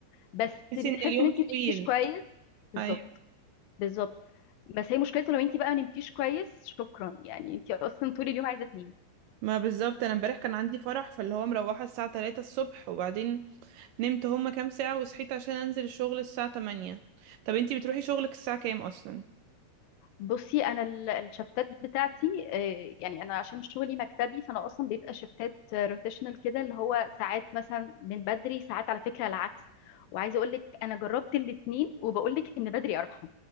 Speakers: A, on the left (about 80°); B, on the right (about 80°).
A: بس
B: تحسي
A: بتحسي
B: ان اليوم
A: ان انتي ما
B: طويل
A: نمتيش كويس بالظبط
B: ايوه
A: بالظبط بس هي مشكلته لو انتي بقى ما نمتيش كويس شكرا يعني انتي اصلا طول اليوم عايزه تنامي
B: ما بالظبط انا امبارح كان عندي فرح فاللي هو مروحة الساعة 3 الصبح وبعدين نمت هما كام ساعة وصحيت عشان انزل الشغل الساعة 8 طب انتي بتروحي شغلك الساعة كام اصلا
A: بصي انا ال- الشفتات بتاعتي آه، يعني انا عشان شغلي مكتبي فانا اصلا بيبقى شفتات روتيشنال كده اللي هو ساعات مثلا من بدري ساعات على فكره العكس وعايزه اقول لك انا جربت الاثنين وبقول لك ان بدري ارحم